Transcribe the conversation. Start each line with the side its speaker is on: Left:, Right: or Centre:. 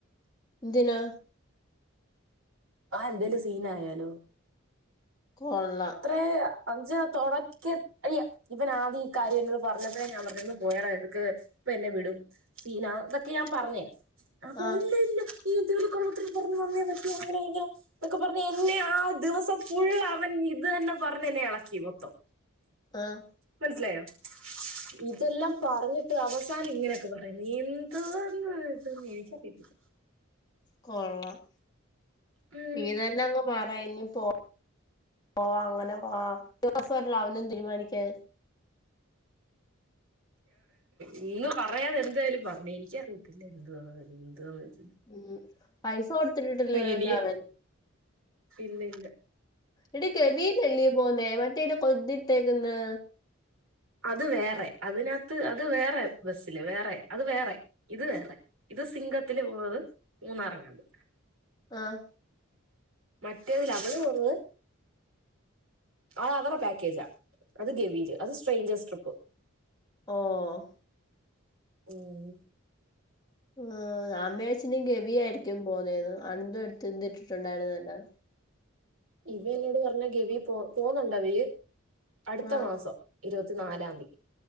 Left: എന്തിനാ
Right: ആ എന്തേലും സീൻ ആയാലോ
Left: കൊള്ളാം
Right: ഇത്രേയാ അന്നച്ചാ തൊടക്ക അയ്യ ഇവന ആദ്യം ഈ കാര്യം എന്നോട് പറഞ്ഞപ്പോഴേ ഞാൻ പറഞ് ഒന്ന് പോയടാ ഇതൊക്ക ഇപ്പ എന്നെ വിടും സീന ഇതൊക്കെ ഞാൻ പറഞ് അപ്പൊ
Left: ആ
Right: ഇല്ല ഇല്ല ഈ എന്ത് വല്ല്യ കള്ളത്തരം പറന്ന് വന്നേ പറ്റിവൊ അങ്ങനെ ഇതൊക്കെ പറഞ് എന്നെ ആ ദിവസം ഫുള്ള് അവൻ ഇത് തന്നെ പറഞ്ഞ് എന്നെ എളക്കി മൊത്തം
Left: ആഹ്
Right: മനസിലായോ ഇതെല്ലാം പറഞ്ഞിട്ട് അവസാനം ഇങ്ങനെയൊക്കെ പറയാ നീ എന്താന്ന് ഇത് എനിക്കറിയത്തില്ല
Left: കൊള്ളാം
Right: ഉം
Left: നീ തന്നെ അങ്ങ് പറയ് ഇനി പോ പോവാ അങ്ങനെ വാ ദിവസം വല്ല അവനും തീരുമാനിക്കാൻ
Right: ഇന്ന് പറയാതെ എന്തായാലും പറഞ്ഞു എനിക്കറിയത്തില്ല എന്തുവാന്നു എന്ത്‌ വാന്നു
Left: ഉം പൈസ കൊടുത്തിട്ടിട്ടില്ലല്ലോ
Right: ഇനി
Left: അവൻ
Right: ഇല്ല ഇല്ല
Left: എടി ഗവിലല്ലെ പോന്നെ മറ്റേ ഇത്ട്ടേക്കന്ന്
Right: അത് വേറെ അതിനകത്ത് അത് വേറെ ബസ്സില് വേറെ അത് വേറെ ഇത് വേറെ ഇത് സിംഗത്തില് പോകുന്നത് മൂന്നാറങ്ങാണ്ട്
Left: ആഹ്
Right: മറ്റേതിൽ അവള് പോന്നത് അ അവരേ പാക്കേജാ അത് ഗവീല് അത് സ്ട്രേഞ്ചർസ് ട്രിപ്പ്
Left: ഓഹ്
Right: ഉം
Left: ആ ഞാൻ വിചാരിച്ചു ഇനി ഗവിയായിരിക്കും പോന്നേന്ന് അണന്തും എടുത്ത് ഇട്ടിട്ടുണ്ടായിരുന്നല്ലോ
Right: ഇവ എന്നോട് പറഞ്ഞ ഗവി പോ പോന്നുണ്ടവര് അടുത്ത
Left: ആ
Right: മാസം ഇരുപത്തി നാലാം തീ